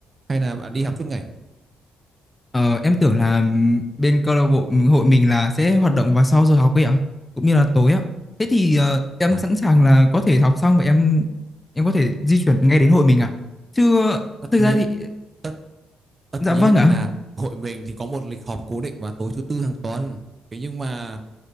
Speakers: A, on the right; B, on the left.
A: Hay là bạn đi học suốt ngày?
B: Ờ, em tưởng là ừ, bên câu lạc bộ hội mình là sẽ hoạt động vào sau giờ học ấy ạ, cũng như là tối ạ. Thế thì ờ, em
A: À,
B: sẵn sàng là có thể học xong và em em có thể di chuyển ngay đến hội mình ạ. Chứ ờ,
A: tất
B: thực
A: nhiên
B: ra thì
A: tất tất
B: dạ
A: nhiên
B: vâng ạ.
A: là hội mình thì có một lịch họp cố định vào tối thứ tư hàng tuần. Thế nhưng mà